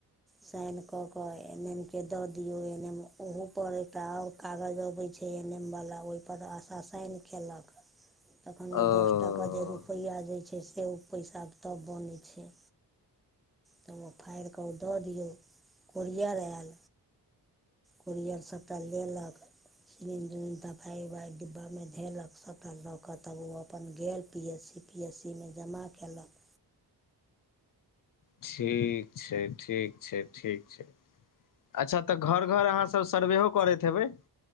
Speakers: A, in the centre; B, on the left.
A: साइन कऽ क एन एम के दऽ दियऔ एन एम ओहो पर एकटा आउर कागज अबै छैय एन एम वला ओहिपर आशा साइन कयलक। तखन ओ
B: ओ
A: दस टाक जे रुपैआ दइ छैय से ओ पैसा तब बनै छैय। तब ओ फाड़ि कऽ ओ दऽ दियौ कोरियर आयल करियर सबटा लेलक तन जन दवाइ उबाइ डिब्बा मे धेलक सबटा लऽ कऽ तब ओ अपन गेल P S C P S C मे जमा केलक।
B: ठीक छैय ठीक छैय ठीक छैय। अच्छा तऽ घर घर अहाँसभ सर्वे करैत हेबै?